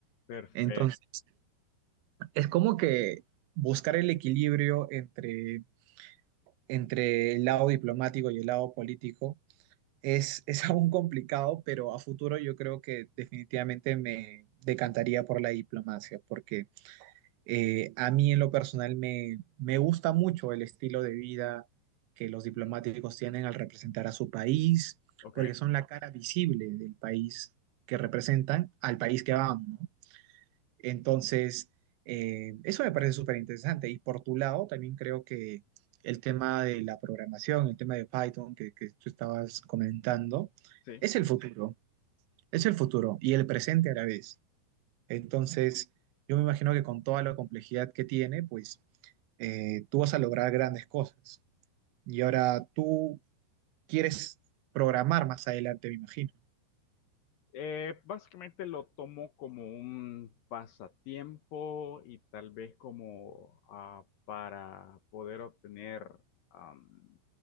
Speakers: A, on the left (about 70°); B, on the right (about 80°).
A: perfecto.
B: Entonces, es como que buscar el equilibrio entre, entre el lado diplomático y el lado político es, es <laughs> aún complicado, pero a futuro yo creo que definitivamente me decantaría por la diplomacia, porque eh, a mí en lo personal me, me gusta mucho el estilo de vida que los diplomáticos
A: Mm,
B: tienen al representar a su país,
A: Ok,
B: porque son la cara visible del país que representan al país que van, ¿no? Entonces, eh, eso me parece súper interesante. Y por tu lado, también creo que el tema de la programación, el tema de Python que, que tú estabas comentando,
A: sí.
B: es el futuro, es el futuro y el presente a la vez. Entonces, yo me imagino que con toda la complejidad que tiene, pues eh, tú vas a lograr grandes cosas. Y ahora tú quieres programar más adelante, me imagino.
A: Eh, básicamente lo tomo como un pasatiempo y tal vez como ah, para poder obtener am,